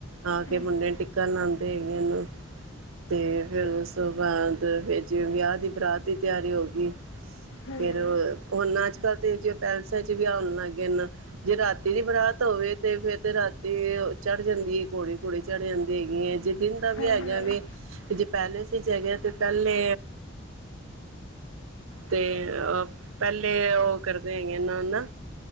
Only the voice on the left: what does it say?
ਹੂੰ-ਹੂੰ,
ਹੂੰ,
ਹੂੰ,
ਹੂੰ-ਹੂੰ,